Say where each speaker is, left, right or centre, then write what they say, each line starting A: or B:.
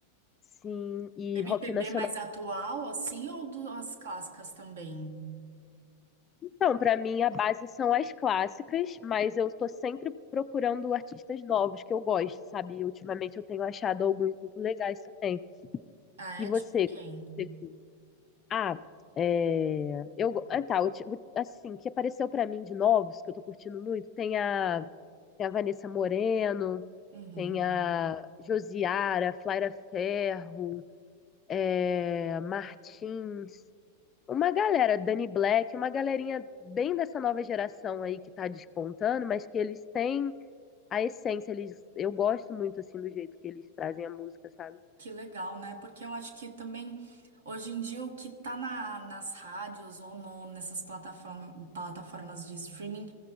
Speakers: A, on the left; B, on the right.
A: sim, e
B: MPB
A: rock nacional.
B: mais atual, assim, ou das clássicas também?
A: Então, para mim, a base são as clássicas, mas eu estou sempre procurando artistas novos que eu gosto, sabe? E Ultimamente eu tenho achado alguns muito legais também.
B: Ah,
A: E
B: é?
A: você?
B: Tipo quem?
A: Você curte? Ah, é... eu go- ah, tá, ulti- assim, que apareceu para mim de novos, que eu tô curtindo muito, tem a, tem a Vanessa Moreno,
B: Uhum.
A: tem a Josiara, Flaira Ferro, é... Martins. Uma galera, Danny Black, uma galerinha bem dessa nova geração aí que tá despontando, mas que eles têm a essência, eles, eu gosto muito assim do jeito que eles trazem a música, sabe?
B: Que legal, né? Porque eu acho que também, hoje em dia, o que tá na, nas rádios ou no, nessas plataform- plataformas de streaming